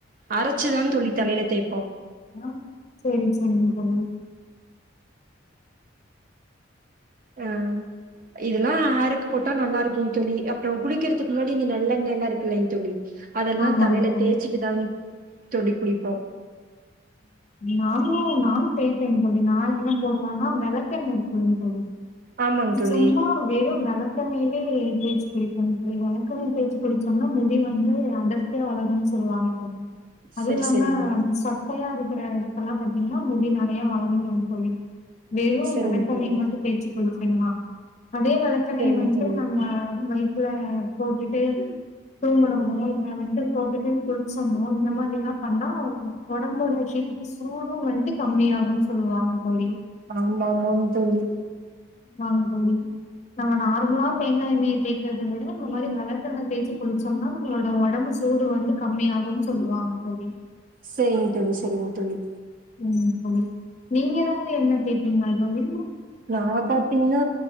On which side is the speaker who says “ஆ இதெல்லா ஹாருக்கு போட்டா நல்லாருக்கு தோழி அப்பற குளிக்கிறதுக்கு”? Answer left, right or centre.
Right